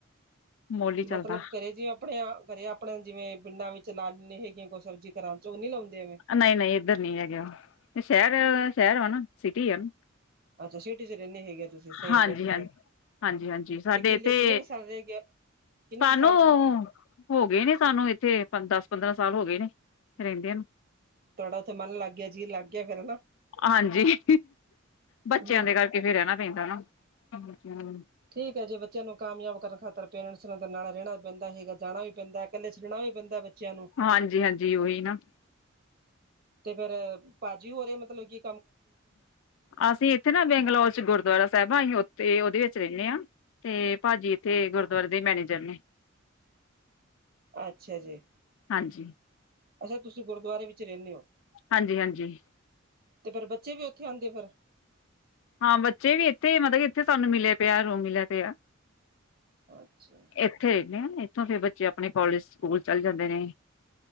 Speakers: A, on the left; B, on the right.
A: ਮੁੱਲ ਹੀ ਚੱਲਦਾ
B: ਮਤਲਬ ਕਰੇ ਜਿਵੇਂ ਆਪਣੇ ਕਰੇ ਆਪਣੇ ਜਿਵੇਂ ਪਿੰਡਾਂ ਵਿੱਚ ਨਾਲੀਆਂ ਹੈਗੀਆਂ ਕੌਸਲ ਚ। ਘਰਾਂ ਚ ਉਹ ਨੀ ਲਾਉਂਦੇ ਐਵੇਂ
A: ਨਹੀਂ ਨਹੀਂ ਇੱਧਰ ਨਹੀਂ ਹੈਗੇ ਉਹ ਸ਼ਹਿਰ ਸ਼ਹਿਰ ਆ ਨਾ ਸਿਟੀ ਆ ਨਾ।
B: ਅੱਛਾ ਸੀਟੀ ਚ ਰਹਿੰਦੇ ਹੈਗੇ ਤੁਸੀਂ। ਸਹੀ
A: ਹਾਂਜੀ
B: ਤੁਸੀਂ
A: ਹਾਂਜੀ ਹਾਂਜੀ ਹਾਂਜੀ ਸਾਡੇ
B: ਤੇ ਕਿੱਲੇ
A: ਇੱਥੇ
B: ਕਿੰਨੇ ਕੁ ਸਾਲ ਰਹਿ ਗਿਆ ਕਿੰਨੇ
A: ਸਾਨੂੰ
B: ਕੁ ਸਾਲ
A: ਹੋ ਗਏ ਨੇ ਸਾਨੂੰ ਇੱਥੇ ਦਸ ਪੰਦਰਾਂ ਸਾਲ ਹੋ ਗਏ ਨੇ ਰਹਿੰਦਿਆਂ ਨੂੰ।
B: ਤੁਹਾਡਾ ਉੱਥੇ ਮਨ ਲੱਗ ਗਿਆ ਜੀ ਲੱਗ ਗਿਆ ਫੇਰ ਹਨਾ
A: ਹਾਂਜੀ ਬੱਚਿਆਂ
B: ਹਮ
A: ਦੇ ਗੱਲ। ਕਿਤੇ ਰਹਿਣਾ ਪੈਂਦਾ ਨਾ ਆਜਾ।
B: ਠੀਕ ਹੈ ਜੇ ਬੱਚਿਆਂ ਨੂੰ ਕਾਮਯਾਬ ਕਰਨ ਖਾਤਰ ਪੇਰੈਂਟਸ ਨਾਲ ਨਾਲ ਰਹਿਣਾ ਵੀ ਪੈਂਦਾ ਹੈਗਾ ਜਾਣਾ ਵੀ ਪੈਂਦਾ ਇਕੱਲੇ ਸੈਣਾ ਵੀ ਪੈਂਦਾ ਬੱਚਿਆਂ ਨੂੰ।
A: ਹਾਂਜੀ ਹਾਂਜੀ, ਉਹੀ ਨਾ
B: ਤੀਗਰ ਭਾਜੀ ਹੋਰੇ ਮਤਲਬ ਕਿ
A: ਅਸੀਂ ਇੱਥੇ ਨਾ ਬੈਂਗਲੋਰ ਚ ਗੁਰਦੁਆਰਾ ਸਾਹਿਬ ਆ ਅਸੀਂ ਉਥੇ ਉਹਦੇ ਵਿੱਚ ਰਹਿੰਦੇ ਹਾਂ। ਤੇ ਭਾਜੀ ਤੇ ਗੁਰਦੁਆਰੇ ਦੇ ਮੈਨੇਜਰ ਨੇ
B: ਅੱਛਾ ਜੀ
A: ਹਾਂਜੀ
B: ਅੱਛਾ ਤੁਸੀਂ ਗੁਰਦੁਆਰੇ ਵਿੱਚ ਰਹਿੰਦੇ ਹੋ।
A: ਹਾਂਜੀ, ਹਾਂਜੀ
B: ਤੇ ਫਿਰ ਬੱਚੇ ਵੀ ਉੱਥੇ ਆਉਂਦੇ ਖਰ
A: ਹਾਂ ਬੱਚੇ ਵੀ ਇੱਥੇ ਮਤਲਬ ਇੱਥੇ ਸਾਨੂੰ ਮਿਲਿਆ ਪਿਆ ਰੋ ਮਿਲਿਆ ਪਿਆ।
B: ਅੱਛਾ।
A: ਇੱਥੇ ਰਹਿੰਦੇ ਇੱਥੋਂ ਫਿਰ ਬੱਚੇ ਆਪਣੇ ਕੋਲਜ ਸਕੂਲ ਚੱਲ ਜਾਂਦੇ ਨੇ।